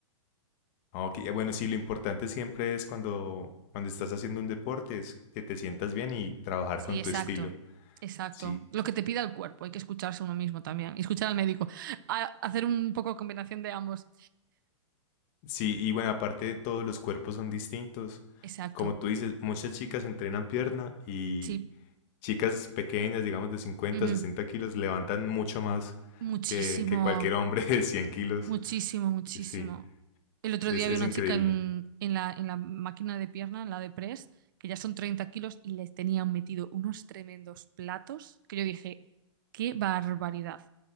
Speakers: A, on the left (about 30°); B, on the right (about 40°).
A: Ok, eh, bueno, sí, lo importante siempre es cuando, cuando estás haciendo un deporte, es que te sientas bien y trabajar
B: Sí,
A: con
B: exacto,
A: tu estilo.
B: exacto.
A: Sí.
B: Lo que te pida el cuerpo, hay que escucharse uno mismo también y escuchar al médico. A- hacer un poco de combinación de ambos.
A: Sí, y bueno, aparte todos los cuerpos son distintos.
B: Exacto,
A: Como tú dices, muchas chicas entrenan pierna y
B: sí.
A: chicas pequeñas, digamos de cincuenta
B: Ujú.
A: sesenta kilos, levantan mucho más
B: Muchísimo,
A: que, que cualquier hombre <laughs> de cien kilos.
B: muchísimo, muchísimo.
A: Sí,
B: El otro
A: es,
B: día había
A: es
B: una
A: increíble.
B: chica en, en la, en la máquina de pierna, en la de press, que ya son 30 kilos y les tenían metido unos tremendos platos que yo dije, qué barbaridad,